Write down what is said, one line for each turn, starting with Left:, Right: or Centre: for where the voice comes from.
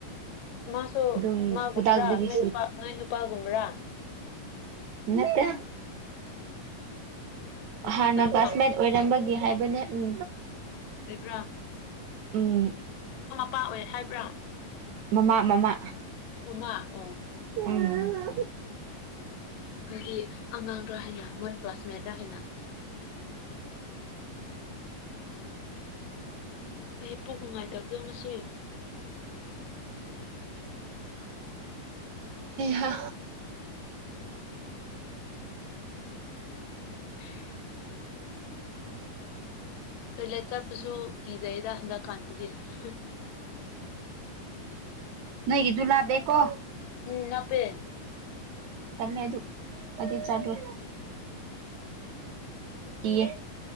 Left: ꯃꯥꯁꯨ
Right: ꯑꯗꯨꯝ
Left: ꯃꯥꯒꯨꯝꯕ꯭ꯔꯥ
Right: ꯈꯨꯗꯥꯛꯇꯒꯤ
Left: ꯅꯣꯏ ꯅꯨꯄꯥ ꯅꯣꯏ ꯅꯨꯄꯥꯒꯨꯝꯕ꯭ꯔꯥ
Right: ꯅꯠꯇ
Left: ꯅꯤꯁꯥ
Right: ꯍꯥꯟꯅ
Left: ꯆꯥꯕꯗꯣ
Right: ꯀ꯭ꯂꯥꯁꯃꯦꯠ ꯑꯣꯏꯔꯝꯕꯒꯤꯦ ꯍꯥꯏꯕꯅꯦ ꯎꯝ
Left: ꯑꯣꯏꯕ꯭ꯔꯥ
Right: ꯎꯝ
Left: ꯄꯥꯛꯑꯣ ꯑꯣꯏ ꯍꯥꯏꯕ꯭ꯔꯥ
Right: ꯃꯃꯥ ꯃꯃꯥ
Left: ꯃꯃꯥ ꯑꯣ
Right: ꯎꯝ ꯑ ꯍ
Left: ꯑꯒꯤ ꯑꯉꯥꯡ ꯔ ꯍꯥꯏꯅ ꯃꯣꯏꯟ ꯀ꯭ꯂꯥꯁꯃꯦꯠ ꯔ ꯍꯥꯏꯅ ꯑꯩ ꯄꯣꯛ ꯅꯨꯡꯉꯥꯏꯇꯕꯗꯣ ꯉꯁꯤ
Right: ꯍ
Left: <inaudible> ꯄꯂ ꯆꯞꯄꯁꯨ
Right: ꯁꯤꯒꯤ
Left: ꯀꯗꯩꯗ ꯍ ꯀꯟꯆꯗꯤ ꯍꯝ
Right: ꯅꯣꯏꯒꯤꯗꯨꯂ ꯣ
Left: ꯎꯝ ꯅ ꯄꯦ
Right: ꯇꯜꯦ ꯑꯗꯨ ꯄꯗꯤ ꯆꯜ꯭ꯔꯦ ꯀꯌꯦ